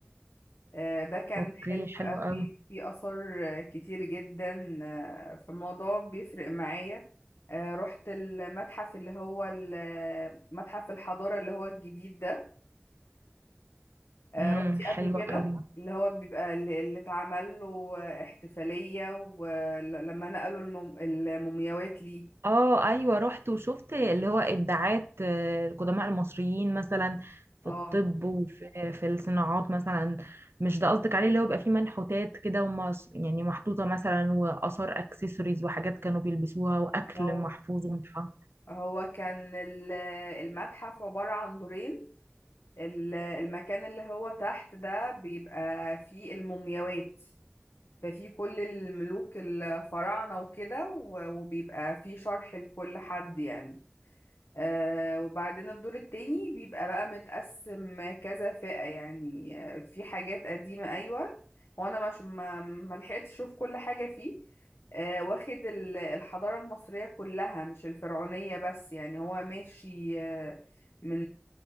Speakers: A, on the left; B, on the right.
A: آه، ده كان
B: اوكي
A: حلو
B: حلو
A: قوي
B: قوي
A: في آثار آه، كتير جدا آه، في الموضوع بيفرق معايا آه، رحت المتحف اللي هو ال- متحف الحضارة اللي هو الجديد ده آه،
B: امم
A: رحتي قبل
B: حلو
A: كده
B: قوي
A: اللي هو بيبقى اللي اللي اتعمل له احتفالية ولما نقلوا المم- المومياوات ليه
B: اه ايوه رحت وشفت اللي هو ابداعات آه، القدماء المصريين مثلا في
A: اه
B: الطب وفي في الصناعات مثلا مش ده قصدك عليه اللي هو بيبقى فيه منحوتات كده ومص يعني محطوطه مثلا واثار اكسسوارز وحاجات كانوا بيلبسوها واكل
A: هو
B: محفوظ ومتحف
A: هو كان ال- المتحف عبارة عن دورين ال- المكان اللي هو تحت ده بيبقى فيه المومياوات ففي كل الملوك الفراعنة وكده و- وبيبقى في شرح لكل حد يعني آه وبعدين الدور التاني بيبقى بقى متقسم كذا فئة يعني آه، في حاجات قديمة أيوة وأنا مش ما ما لحقتش أشوف كل حاجة فيه آه واخد ال- الحضارة المصرية كلها مش الفرعونية بس يعني هو ماشي آه من